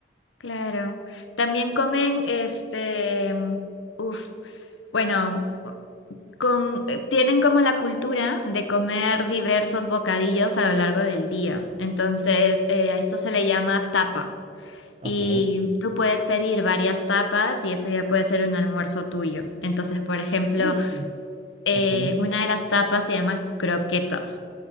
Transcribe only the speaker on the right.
Ok.
Mm,
ok.